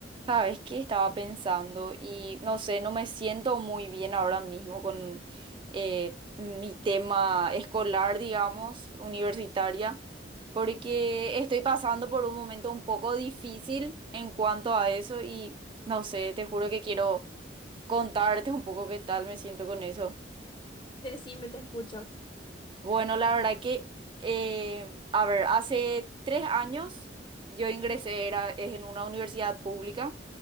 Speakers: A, on the right (about 30°); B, on the left (about 25°).
A: Sabes que estaba pensando y no sé, no me siento muy bien ahora mismo con eh, mi tema escolar, digamos, universitaria, porque estoy pasando por un momento un poco difícil en cuanto a eso y no sé, te juro que quiero contarte un poco qué tal me siento con eso.
B: Decime, te escucho.
A: Bueno, la verdad que, eh, a ver, hace tres años yo ingresé, era, es en una universidad pública.